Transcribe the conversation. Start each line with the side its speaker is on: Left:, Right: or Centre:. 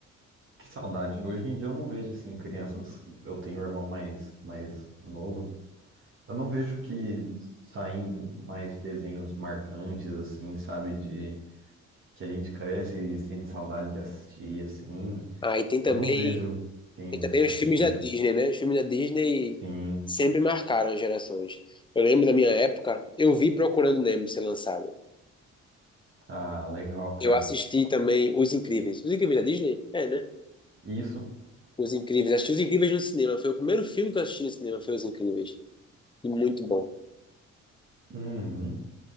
Right: Que saudade. Hoje em dia eu não vejo, assim, crianças. Eu tenho um irmão mais, mais novo. Eu não vejo que saindo mais desenhos marcantes, assim, sabe? De que a gente cresce e sente saudade de assistir, assim.
Left: Ah, e tem
Right: Eu
Left: também,
Right: não vejo, tem,
Left: tem também
Right: assim,
Left: os filmes da
Right: hoje.
Left: Disney, né? Os filmes da Disney
Right: Sim.
Left: sempre marcaram as gerações. Eu lembro da minha época, eu vi Procurando Nemo ser lançado.
Right: Ah, legal, cara.
Left: Eu assisti também Os Incríveis. Os Incríveis da Disney? É, né?
Right: Isso.
Left: Os Incríveis. Assisti Os Incríveis no cinema. Foi o primeiro filme que eu assisti no cinema, foi Os Incríveis. E muito bom.
Right: Uhum.